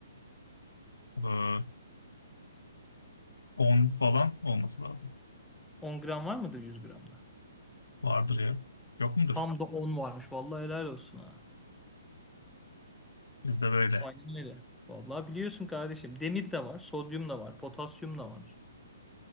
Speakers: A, on the left; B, in the centre.
A: Ee, 10 falan olması lazım.
B: On gram var mıdır 100 gramda?
A: Vardır ya. Yok mudur?
B: Tam da 10 varmış. Vallahi helal olsun ha.
A: Bizde böyle.
B: Aynen öyle. Vallahi biliyorsun kardeşim. Demir de var, sodyum da var, potasyum da var.